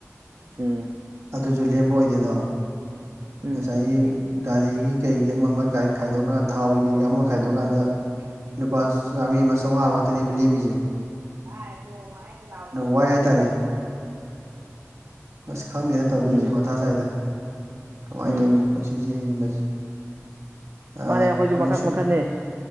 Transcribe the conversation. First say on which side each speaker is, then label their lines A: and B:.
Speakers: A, on the right (about 50°); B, on the right (about 65°).
A: ꯎꯝ
B: ꯑꯗꯨꯁꯨ ꯂꯦꯝꯕ ꯑꯣꯏꯗꯦꯗꯣ
A: ꯎꯝ
B: ꯉꯁꯥꯏ ꯒꯥꯔꯤꯒꯤ ꯀꯩꯒꯤ ꯑꯃ ꯑꯃ ꯈꯥꯏꯗꯣꯛꯑꯀꯥꯟꯗ ꯊꯥꯎꯒꯤ ꯀꯩꯀꯥ ꯑꯃ ꯈꯥꯏꯗꯣꯛꯑꯀꯥꯟꯗ ꯂꯨꯄꯥ ꯆꯥꯝꯔꯤ ꯑꯃ ꯆꯥꯝꯃꯉꯥ ꯉꯥꯛꯇꯅꯦꯕ ꯂꯦꯝꯃꯤꯖꯦ
A: <unintelligible>
B: ꯋꯥꯏ ꯍꯥꯏꯇꯥꯔꯦ ꯑꯁ ꯈꯪꯗꯦꯗ ꯇꯧꯗꯣꯏꯁꯦ
A: ꯎꯝ
B: ꯃꯊꯥ ꯁꯥꯏꯗ ꯀꯃꯥꯏꯅ
A: ꯎꯝ
B: ꯇꯧꯗꯣꯏꯅꯣ ꯄꯨꯟꯁꯤꯁꯦ ꯍꯤꯡꯕꯁꯦ ꯑꯥ
A: ꯃꯥꯅꯦ ꯑꯩꯈꯣꯏꯖꯨ
B: ꯑꯃꯨꯛꯁꯨ
A: ꯃꯈꯟ ꯃꯈꯟꯅꯤ